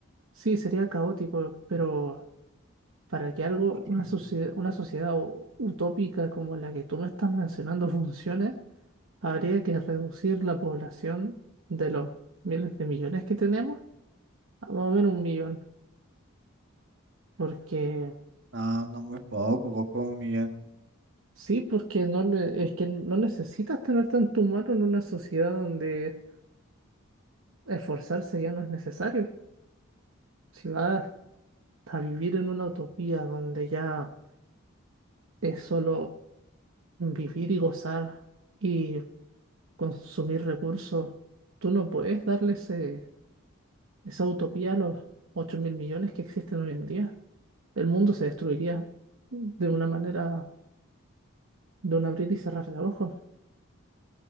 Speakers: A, on the right; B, on the right.
A: Sí, sería caótico, pero para que algo,
B: <clears throat>
A: una sociedad, una sociedad u- utópica como la que tú me estás mencionando funcione, habría que reducir la población de los miles de millones que tenemos a más o menos un millón. Porque,
B: No, no muy poco, poco un millón.
A: sí, porque no, ne- es que no necesitas tener tanto humano en una sociedad donde esforzarse ya no es necesario. Si vas a vivir en una utopía donde ya es solo vivir y gozar. y consumir recursos, tú no puedes darle ese- esa utopía a los ocho mil millones que existen hoy en día. El mundo se destruiría de una manera, de un abrir y cerrar de ojos.